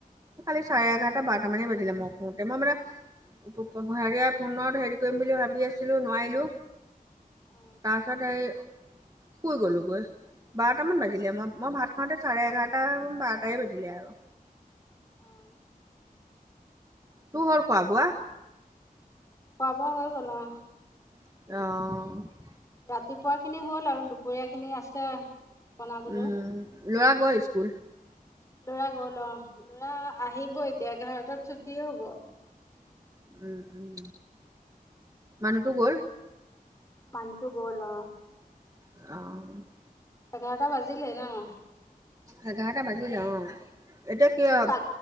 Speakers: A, on the right (about 25°); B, on the left (about 20°).
A: কালি চাৰে এঘাৰটা, বাৰটা মানে বাজিলে মই শুওতে মই মানে <unintelligible> হেৰিয়া ফোনত হেৰি কৰিম বুলি ভাবি আছিলোঁ নোৱাৰিলোঁ।
B: অ
A: তাৰপিছত হেৰি শুই গ'লোঁ গৈ, বাৰটামান বাজিলে মই মই ভাত খাওঁতে চাৰে এঘাৰটা, বাৰটাই বাজিলে আৰু।
B: অ'।
A: তোৰ হ'ল খোৱা - বোৱা?
B: খোৱা - বোৱা হৈ গ'ল অহ।
A: অ'।
B: ৰাতিপুৱাখিনি হ'ল আৰু দুপৰীয়াখিনি আছে। বনাবলৈ
A: উম ল'ৰা গ'ল স্কুল?
B: ল'ৰা গ'ল অ', ল'ৰা আহিব এতিয়া এঘাৰটাত ছুটি হ'ব।
A: উম উম, মানুহটো গ'ল।
B: মানুহটো গ'ল অ'।
A: অ'।
B: এঘাৰটা বাজিলে ন'।
A: এঘাৰটা বাজিলে অ'। এতিয়া কিয়,
B: কা